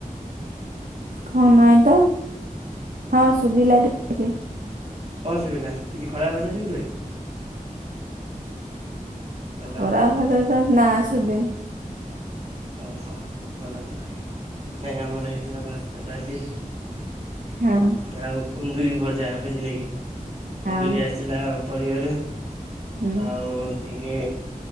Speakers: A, on the right; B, on the right.
A: ହଁ ନାଇଁ ତ। ହଁ ଶୁଭିଲା ଟିକେ
B: କଣ ଶୁଭିଲା? କିଛି ଖରାପ ଭାଷା ଶୁଭିଲା କି? ହ୍ୟାଲୋ
A: ଖରାପ ଭାଷା ତ ନାଁ ଶୁଭିନି।
B: ଓହୋଃ ଭଲ କଥା। ନାଇଁ ଆମର ହେଇଥିଲା ଭାତ, ଡାଲି
A: ହଁ
B: ଆଉ କୁନ୍ଦୁରି ଭଜା। ବୁଝିଗଲି କି
A: ହଁ
B: କୁନ୍ଦୁରି ଆସି ଥିଲା ପରିବାରୁ
A: ହୁଁ
B: ଆଉ ଟିକେ